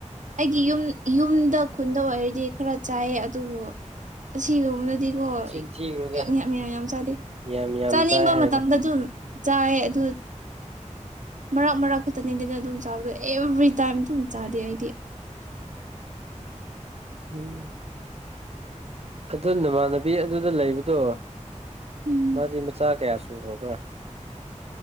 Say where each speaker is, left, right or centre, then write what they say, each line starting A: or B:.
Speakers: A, on the right; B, on the right.
A: ꯑꯩꯒꯤ ꯌꯨꯝ ꯌꯨꯝꯗ ꯈꯨꯟꯗ ꯑꯣꯏꯔꯗꯤ ꯈꯔ ꯆꯥꯏꯌꯦ ꯑꯗꯨꯕꯨ ꯑꯁꯤꯒꯨꯝꯕꯅ ꯑꯗꯨꯗꯤꯀꯣ
B: ꯆꯤꯟ ꯊꯤꯒꯅꯨꯗ
A: ꯌꯥꯝ ꯌꯥꯝ ꯌꯥꯝ ꯌꯥꯝ ꯌꯥꯝ ꯆꯥꯗꯦ
B: ꯌꯥꯝ ꯌꯥꯝ
A: ꯆꯥꯅꯤꯡꯕ
B: ꯆꯥꯏ ꯍꯥꯏꯗ
A: ꯃꯇꯝꯗ ꯑꯗꯨꯝ ꯆꯥꯏ ꯑꯗꯨ ꯃꯔꯛ ꯃꯔꯛ ꯈꯛꯇꯅꯤ ꯑꯗꯨꯅ ꯑꯗꯨꯝ ꯆꯥꯕꯗꯣ ꯑꯦꯚ꯭ꯔꯤ ꯇꯥꯏꯝ ꯑꯗꯨꯝ ꯆꯥꯗꯦ ꯑꯩꯗꯤ
B: ꯎꯝ ꯑꯗꯨ ꯅꯃꯥꯟꯅꯕꯤ ꯑꯗꯨꯗ ꯂꯩꯕꯗꯣ
A: ꯎꯝ
B: ꯃꯥꯗꯤ ꯃꯆꯥ ꯀꯌꯥꯁꯨ ꯁꯨꯔꯕꯔ